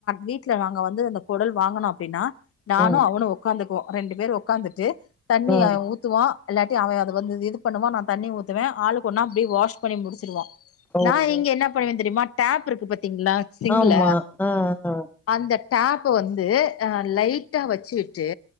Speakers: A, on the left; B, in the centre.
A: வீட்ல நாங்க வந்து இந்த குடல் வாங்கினோம் அப்டின்னா நானும்
B: ம்
A: அவனும் ஒக் உக்காந்துக்குவோம் ரெண்டு பேர் உக்காந்துட்டு தண்ணி
B: ஆ
A: <unintelligible> ஊத்துவான் இல்லாட்டி அவன் அதை வந்து இது பண்ணுவான் நான் தண்ணி ஊத்துவேன் ஆளுக்கொன்னா அப்டியே வாஷ் பண்ணி முடிச்சுடுவோம்
B: ஓஹோ
A: நான் இங்க என்ன பண்ணுவேன் தெரிமா டேப் இருக்கு பாத்தீங்களா சிங்குள
B: ஆமா ஆ ஆ
A: அந்த டேப்ப வந்து அ லைட்டா வச்சுட்டு